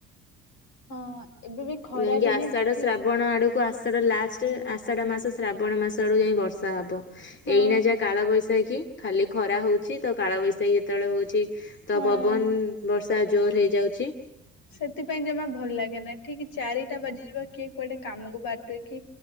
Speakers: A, on the left (about 55°); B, on the left (about 30°).
A: ହଁ ଏବେ ବି ଖରା
B: ଯାଇକି
A: ଦିନେ
B: ଆଷାଢ଼
A: ଠିକ
B: ଶ୍ରାବଣ ଆଡୁ କୁ ଆଷାଢ଼ ଲାଷ୍ଟ ଆଷାଢ଼ ମାସ ଶ୍ରାବଣ ମାସ ଆଡ଼କୁ ଯାଇ ବର୍ଷା ହେବ।
A: ହଁ
B: ଏଇନା ଯା କାଳ ବୈଶାଖି ଖାଲି ଖରା ହଉଛି ତ କାଳବୈଶାଖୀ ଯେତେବେଳେ ହଉଛି ତ
A: ହଁ।
B: ପବନ ବର୍ଷା ତା ଜୋରେ ହେଇଯାଉଛି
A: ସେଥିପାଇଁ ଜମା ଭଲ ଲାଗେ ନାହିଁ ଠିକ ଚାରିଟା ବାଜିଯିବ କିଏ କୁଆଡେ କାମକୁ ବାରିବେ କି